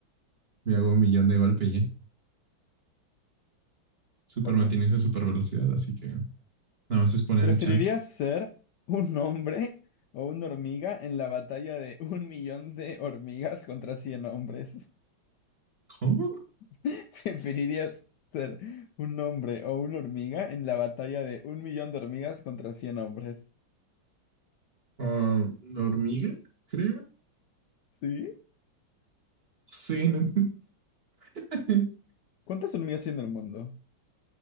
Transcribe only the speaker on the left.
Ok.
¿Preferirías
ser un hombre o una hormiga en la batalla de <laughs> un millón de hormigas contra 100 hombres?
<laughs> ¿Preferirías ser un hombre o una hormiga en la batalla de un millón de hormigas contra cien hombres?
¿Sí?
¿Cuántas hormigas hay en el mundo?